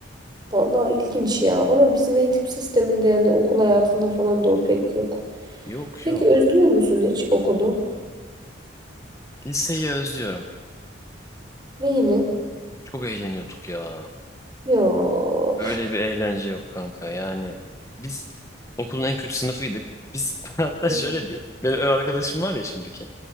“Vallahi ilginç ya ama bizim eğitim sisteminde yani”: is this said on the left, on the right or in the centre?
Right